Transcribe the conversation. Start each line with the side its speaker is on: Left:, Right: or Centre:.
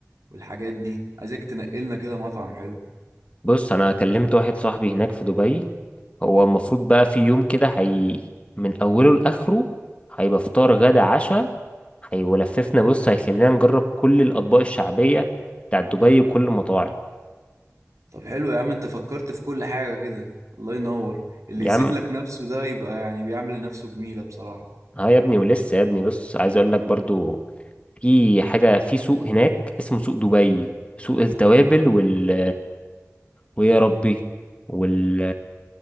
Right: والحاجات دي عايزك تنقلنا كده مطعم حلو
Left: بص انا كلمت واحد صاحبي هناك في دبي هو المفروض بقى في يوم كده هي من اوله لاخره هيبقى فطار غدا عشاء هي ولففنا بص هيخلينا نجرب كل الاطباق الشعبيه بتاع دبي وكل المطاعم
Right: طب حلو يا عم انت فكرت في كل حاجة كده الله ينور اللي
Left: يا
Right: يسيب
Left: عم
Right: لك نفسه ده يبقى يعني بيعمل لنفسه جميلة بصراحة
Left: ها يا ابني ولسه يا ابني بص عايز اقول لك برضو في حاجه في سوق هناك اسمه سوق دبي سوق التوابل وال ويا ربي وال